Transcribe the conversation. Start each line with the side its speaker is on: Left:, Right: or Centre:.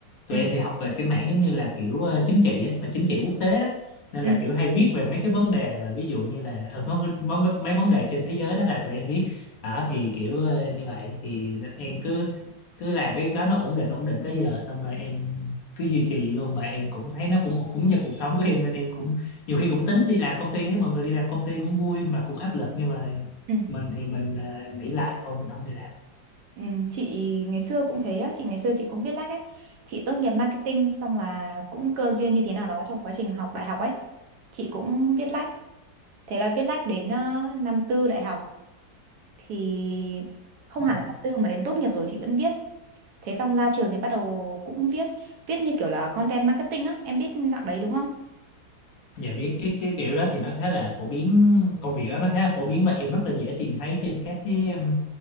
Left: tụi
Right: ừ
Left: em thì học về cái mảng giống như là kiểu ờ, chính trị á, mà chính trị quốc tế đó nên
Right: ừ
Left: là kiểu hay viết về mấy cái vấn đề mà ví dụ như là ờ, mấy, mấy, mấy vấn đề trên thế giới đó là tụi em viết đó thì kiểu ờ, như vậy thì em cứ cứ làm cái đó nó ổn định ổn định tới giờ xong rồi em cứ duy trì vậy luôn mà em cũng thấy nó cũng ổn cho cuộc sống của em nên em cũng nhiều khi cũng tính đi làm công ty thấy mọi người đi làm công ty cũng vui mà cũng áp lực nhưng mà
Right: ừ
Left: mình thì mình ờ, nghĩ lại thôi mình không đi làm
Right: Ừ, chị ngày xưa cũng thế á, chị ngày xưa chị cũng viết lách ấy. Chị tốt nghiệp marketing xong là cũng cơ duyên như thế nào đó trong quá trình học đại học ấy. Chị cũng viết lách. Thế là viết lách đến ờ, năm tư đại học thì không
Left: Ừ.
Right: hẳn là năm tư mà đến tốt nghiệp rồi chị vẫn viết. Thế xong ra trường thì bắt đầu cũng viết, viết như kiểu là content marketing á, em biết dạng đấy đúng không?
Left: Dạ biết cái cái kiểu đó thì nó khá là phổ biến công việc đó nó khá là phổ biến và em rất là dễ tìm thấy trên các cái um,